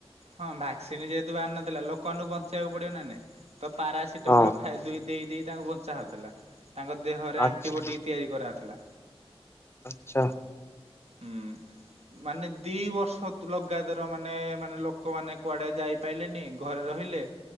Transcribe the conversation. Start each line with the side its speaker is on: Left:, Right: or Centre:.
Right: ହଁ ଭ୍ୟାକ୍ସିନ୍ ଯେହେତୁ ବାହାରିନଥିଲା ଲୋକମାନଙ୍କୁ ବଞ୍ଚେଇବାକୁ ପଡ଼ିବ ନାଁ ନାଇଁ? ତ ପାରାସିଟମଲ୍
Left: ହଁ।
Right: ଖା ଦେଇ ଦେଇ ତାଙ୍କୁ ବଞ୍ଚା ହଉଥୁଲା। ତାଙ୍କ ଦେହରେ
Left: ଆଚ୍ଛା
Right: ଆଣ୍ଟିବଟିକ୍ ତିଆରି କରାହଉଥୁଲା।
Left: ଆଚ୍ଛା।
Right: ହୁଁ। ମାନେ ଦି ବର୍ଷ ଲଗାତାର ମାନେ ମାନେ ଲୋକମାନେ କୁଆଡ଼େ ଯାଇପାଇଲେନେଇ ଘରେ ର ଅହିଲେ